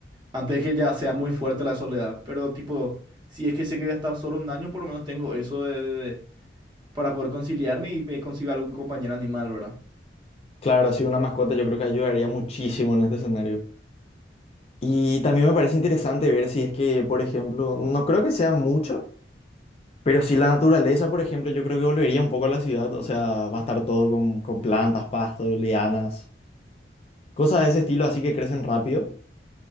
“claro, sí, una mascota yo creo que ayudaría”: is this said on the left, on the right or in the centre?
Left